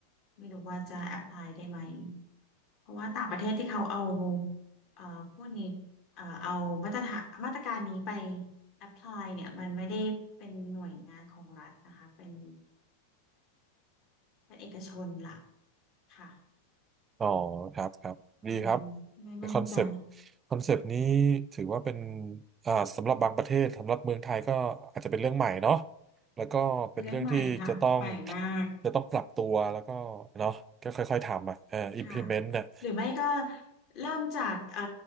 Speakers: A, on the left; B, on the right.
A: ไม่รู้ว่าจะแอพพลายได้ไหมเพราะว่าต่างประเทศที่เขาเอาเอ่อพวกนี้เอ่อเอามาตรฐานมาตรการนี้ไปแอพพลายเนี่ยมันไม่ได้เป็นหน่วยงานของรัฐนะคะเป็นเป็นเอกชนล่ะค่ะ
B: อ๋อครับครับดีครับ
A: คงไม่มั่นใจ
B: คอนเซปต์คอนเซปต์นี้ถือว่าเป็นอ่าสำหรับบางประเทศสำหรับเมืองไทยก็อาจจะเป็นเรื่องใหม่เนาะแล้วก็เป็นเรื่องที่จะต้อง
A: เป็นเรื่องใหม่ค่ะใหม่มาก
B: จะต้องปรับตัวแล้วก็เนาะก็ค่อยๆทำอ่ะเอ่อ
A: ค่ะ
B: implement น่ะ
A: หรือไม่ก็เริ่มจากเอ่อ